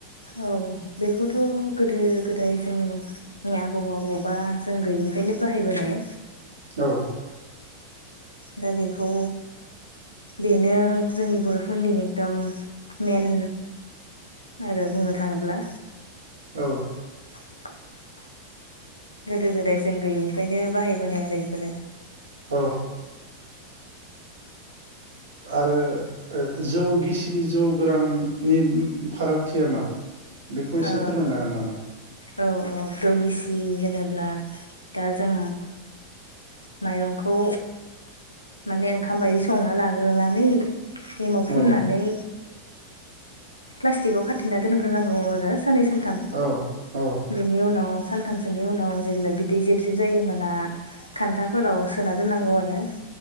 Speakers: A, on the left; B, on the right.
A: औ बेखौथ' गोदो गोदाय जोंनिया बबावबा बबावबा जों गैयिनिफ्रायनो बाहायबोनाय
B: औ
A: दा बेखौ बेनो जोंनि बर'फोरनि एकदम मेन आरो बुंनो थाङोब्ला
B: औ
A: <inaudible> गोदो गोदाय जों गैयैनिफ्रायनो बाहायबोनाय आरो इफोरो
B: औ आरो जौ गिसि जौ गोराननि फारागथिया मा बेखौ एसे
A: ओ
B: फोरमायनो हागोन नामा
A: औ औ जौ गिसि होनोब्ला दा जों माइरंखौ माने ओंखाम बायदि संना लाग्रोनानै एमाव
B: औ
A: फुननानै प्लास्टिकाव खाथिना दोनग्रोनांगौ आरो साननै सानथाम
B: औ औ
A: बेनि उनाव सानथामसोनि उनाव जेब्ला बिदै जेब जेब जायो होमबाना खान्थाफोराव सोना दोननांगौ आरो